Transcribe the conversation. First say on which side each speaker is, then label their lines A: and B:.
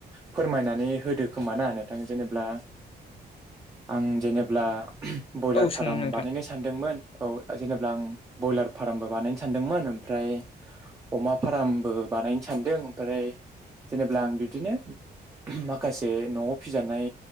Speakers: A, on the right (about 15°); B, on the left (about 35°).
A: फोरमायनानै हो होदो खोमा ना नोंथां जेनेब्ला आं जेनेब्ला बयलार
B: औ
A: फार्म
B: सों नोंथां
A: बानायनो सानदोंमोन औ जेनेबा आं बयलार फार्मबो बानायनो सानदोंमोन ओमफ्राय अमा फार्म बो बानायनो सानदों ओमफ्राय जेनेबब्ला आं बिदिनो माखासे न'आव फिजानाय